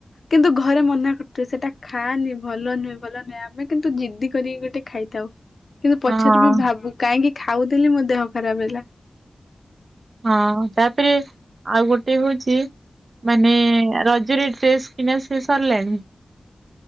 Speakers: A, on the left; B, on the right.
A: କିନ୍ତୁ ଘରେ ମନା କରୁଥବେ ସେଟା ଖାନି ଭଲ ନୁହେଁ ଭଲ ନୁହେଁ ଆମେ କିନ୍ତୁ ଜିଦ୍ଦି କରିକି ଗୋଟେ ଖାଇଥାଉ କିନ୍ତୁ ପଛରେ
B: ହଁ
A: ବି ଭାବୁ କାହିଁକି ଖାଉଥିଲି ମୋ ଦେହ ଖରାପ ହେଲା
B: ହଁ ତାପରେ ଆଉ ଗୋଟେ ହୋଉଚି - ମାନେ ରଜରେ ଡ୍ରେସ୍ କିଣା ସି ସରିଲାଣି?